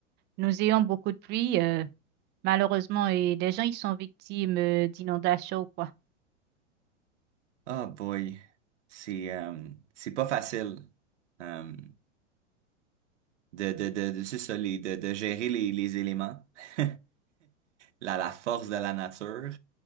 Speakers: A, on the right; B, on the right.
A: nous ayons beaucoup de pluie. euh, malheureusement, et les gens ils sont victimes euh, d'inondations ou quoi.
B: Ah boy, c'est euh, c'est pas facile euh, de de de, de c'est ça, les- de, de gérer les, les éléments. <laughs> La, la force de la nature,